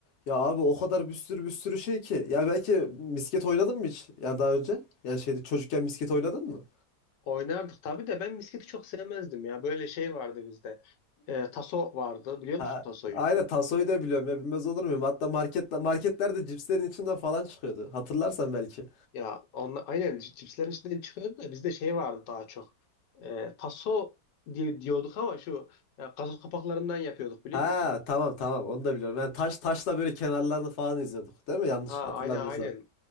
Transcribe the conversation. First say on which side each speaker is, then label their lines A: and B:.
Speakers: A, on the left; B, on the left.
A: Ya abi o kadar bir sürü bir sürü şey ki. Ya belki misket oynadın mı hiç? Yani daha önce? Yani şeyde çocukken misket oynadın mı?
B: Oynardık tabii de ben misketi çok sevmezdim ya. Böyle şey vardı bizde. E, taso vardı biliyor
A: Ha,
B: musun tasoyu?
A: aynen tasoyu da biliyorum ya bilmez olur muyum? Hatta marketle, marketlerde cipslerin içinden falan çıkıyordu. Hatırlarsan belki.
B: Ya onla, aynen c- cipslerin içinden çıkıyordu da bizde şey vardı daha çok. E, taso diye diyorduk ama şu e, gazoz kapaklarından yapıyorduk biliyor
A: Ha
B: musun?
A: tamam tamam onu da biliyorum. Yani taş taşla böyle kenarlarını falan izliyorduk değil mi? Yanlış
B: Ha
A: hatırlamıyorsam.
B: aynen aynen.